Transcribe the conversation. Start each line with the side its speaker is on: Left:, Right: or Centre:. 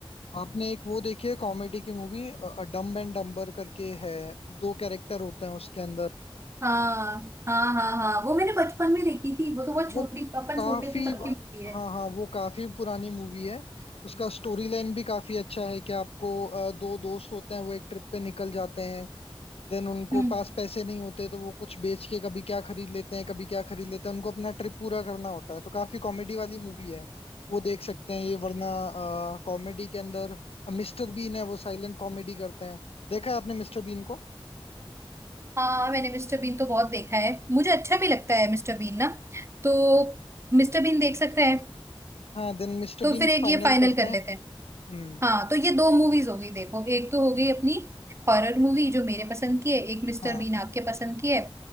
Left: आपने एक वो देखी है कॉमेडी की मूवी डम्ब एंड डम्बर करके है दो कैरेक्टर होते हैं उसके अंदर
Right: हाँ हाँ हाँ हाँ वो मैंने बचपन में देखी थी वो तो बहुत
Left: वो
Right: छोटी अपन
Left: काफी
Right: छोटे थे तब की मूवी है
Left: हाँ हाँ वो काफी पुरानी मूवी है उसका स्टोरी लाइन भी काफी अच्छा है कि आपको अ, दो दोस्त होते हैं वो एक ट्रिप पे निकल जाते हैं देन उनको
Right: हम्म
Left: पास पैसे नहीं होते तो वो कुछ बेच के कभी क्या खरीद लेते हैं कभी क्या खरीद लेते हैं उनको अपना ट्रिप पूरा करना होता है तो काफी कॉमेडी वाली मूवी है वो देख सकते हैं ये वरना कॉमेडी के अंदर मिस्टर बीन है वो साइलेंट कॉमेडी करते हैं देखा है आपने मिस्टर बीन को
Right: हाँ मैंने मिस्टर बीन तो बहुत देखा है मुझे अच्छा भी लगता है मिस्टर बीन ना तो मिस्टर बीन देख सकते हैं
Left: हाँ देन मिस्टर
Right: तो
Left: बीन
Right: फिर एक
Left: फाइनल
Right: ये फाइनल
Left: करते
Right: कर
Left: हैं
Right: लेते हैं
Left: हम्म
Right: हाँ तो ये दो मूवीज हो गई देखो एक तो हो गई अपनी हॉरर मूवी जो मेरे पसंद की है एक मिस्टर
Left: हाँ
Right: बीन आपके पसंद की है